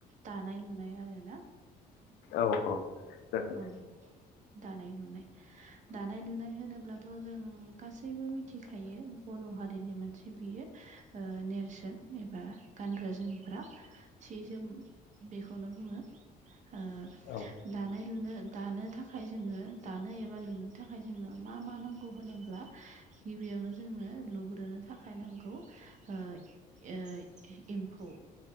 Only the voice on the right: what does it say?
दानाय लुनाय आरो ना।
औ दानाय लुनाय। दानाय लुनाय होनोब्लाथ' जों गासैबो मिथिखायो बर' हारिनि मोनसे बियो ओ नेरसोन एबा गानग्रा जोमफ्रा सि जोम। बेखौनो बुङो। ओ
दानाय लुनो दानो थाखाय जोङो दानो एबा लुनो थाखाय जोंनो मा मा नांगौ होनो ब्ला गिबियावनो जोंनो लुग्रोनो थाखाय नांगौ ओ ओ एम्फौ